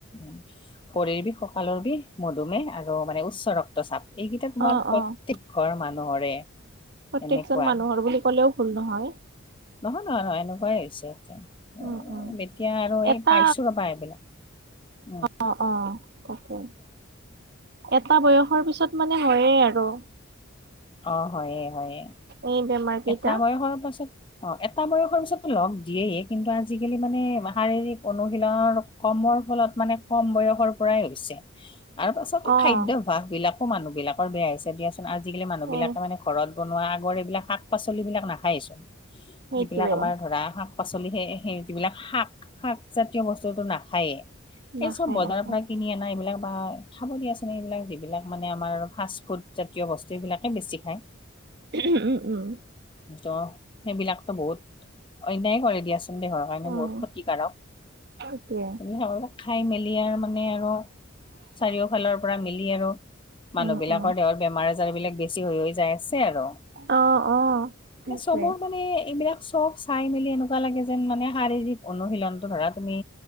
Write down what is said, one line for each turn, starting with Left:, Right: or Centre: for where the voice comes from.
Left: উ শৰীৰ বিষ ককালৰ বিষ মধুমেহ আৰু মানে উচ্চ ৰক্ত। ৰক্ত চাপ এইকেইটা তোমাৰ
Right: অ',
Left: প্ৰত্যেক
Right: অ'।
Left: ঘৰ মানুহৰে।
Right: প্ৰত্যেকজন
Left: এনেকুৱা
Right: মানুহৰ বুলি ক'লেও ভুল নহয়।
Left: নহয় নহয় নহয় এনেকুৱাই হৈছে এতিয়া
Right: উম, উম।
Left: এতিয়া আৰু এই
Right: এটা
Left: পাইছো ৰবা এইবিলাক। উম।
Right: অ', অ', তাকে এটা বয়সৰ পিছত মানে হয়ে আৰু
Left: অ, হয়ে হয়ে
Right: এই বেমাৰ কেইটা।
Left: এটা বয়সৰ পাছত অ, এটা বয়সৰ পিছতো লগ দিয়েই কিন্তু আন আজিকালি মানে শাৰীৰিক অনুশীলনৰ কমৰ ফলত মানে কম বয়সৰ পৰাই হৈছে। আৰু পাছতে
Right: অ',
Left: খাদ্যভ্যাস বিলাকো মানুহ বিলাকৰ বেয়া হৈছে দিয়াচোন আজিকালি মানুহ বিলাকে
Right: এ
Left: মানে ঘৰত বনোৱা আগৰ এইবিলাক শাক, পাচলিবিলাক নাখায়ে চোন
Right: সেইটোৱে
Left: যিবিলাক আমাৰ ধৰা শাক শাক-পাচলি সেই সেই যিবিলাক শাক, শাকজাতীয় বস্তুটো নাখায়েই।
Right: নাখায়
Left: এই চব বজাৰৰ
Right: নাখায়।
Left: পৰা কিনি অনা এইবিলাক বা খাব দিয়াচো- এইবিলাক যিবিলাক মানে আমাৰ ফাষ্ট ফুড জাতীয় বস্তু এইবিলাকেই বেছি খায়।
Right: উম, উম।
Left: ত' সেইবিলাকতো বহুত অন্যায় কৰে দিয়াচোন দে ধৰক। কাৰণে
Right: অ',
Left: বহুত ক্ষতিকাৰক
Right: সেইটোৱে।
Left: সিহঁতে খাই মেলি আৰু মানে আৰু চাৰিওফালৰ পৰা মিলি আৰু মানুহ
Right: উম,
Left: বিলাকৰ
Right: উম।
Left: দেহৰ বেমাৰ আজাৰ বিলাক বেছি বেছি হৈ হৈ যাই আছে আৰু
Right: অ, অ। সেইটোৱে।
Left: ম চবত মানে এইবিলাক চব চাই মেলি এনেকুৱা লাগে যেন মানে শাৰীৰিক অনুশীলনটো ধৰা তুমি